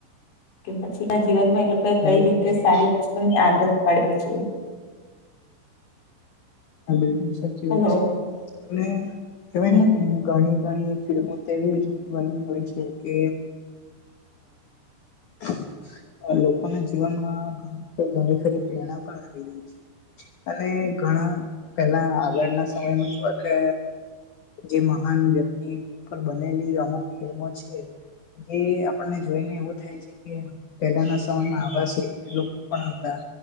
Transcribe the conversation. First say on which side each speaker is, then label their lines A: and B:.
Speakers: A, on the left (about 65°); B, on the left (about 85°).
A: <inaudible> કે પછી ના જીવનમાં એ લોક કઈ
B: હા
A: કઈ
B: બિલકુલ
A: રીતે સારી વસ્તુની આદત પાડવી છે.
B: હા બિલકુલ સાચી વાત
A: હલો
B: છે અને કેવાય
A: હમ
B: ને કે ઘણી ગણી ફિલ્મો તેવી જ બની હોય છે. કે <unintelligible> લોકોના જીવનમાં ઘણી ખરી પ્રેરણા પણ આવી રહી છે. અને ઘણા પેહલા આગળના સમયમાં થ કે જે મહાન વ્યક્તિ પર બનેલી અમુક ફિલ્મો છે. જે આપણને જોઈને એવું થાય છે કે, પહેલાના સમયમાં આવા લોકો પણ હતા,